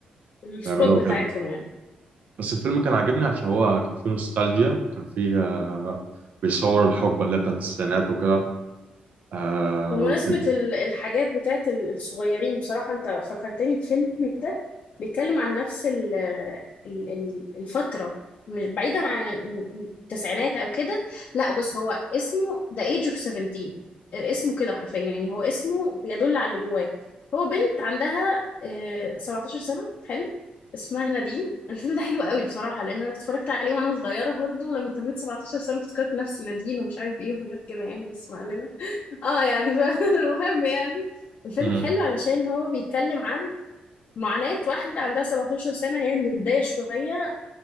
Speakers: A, on the left; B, on the right.
A: السبوت
B: بيعملوا
A: بتاعتهم يعني
B: بس الفيلم كان عاجبني عشان هو كان فيه نوستالجيا كان فيه آه، بيصور الحقبة اللي هي بتاعت التسعينات وكده آه،
A: بمناسبة
B: والدنيا-
A: ال- الحاجات بتاعت ال- الصغيرين بصراحة انت فكرتني بفيلم كده بيتكلم عن نفس ال- ال- ال- الفترة مش بعيدا عن ال- التسعينات او كده لا بس هو اسمه The Age of 17 اسمه كده حرفيا يعني هو اسمه بيدل على اللي جواه هو بنت عندها آه، 17 سنة حلو اسمها نادين <laughs> الفيلم ده حلو قوي بصراحة لان انا اتفرجت عليه وانا صغيرة برضه لما تميت 17 سنة افتكرت نفسي نادين ومش عارف ايه وحاجات كده يعني بس ما علينا اه يعني ف- <laughs> المهم يعني الفيلم
B: مم.
A: حلو علشان هو بيتكلم عن معاناة واحدة عندها 17 سنة هي من البداية شوية